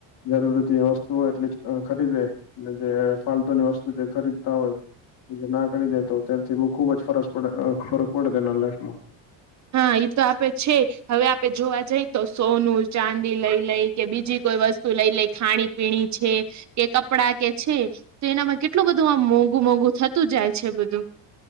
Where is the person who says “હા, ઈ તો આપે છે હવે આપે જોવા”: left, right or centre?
Right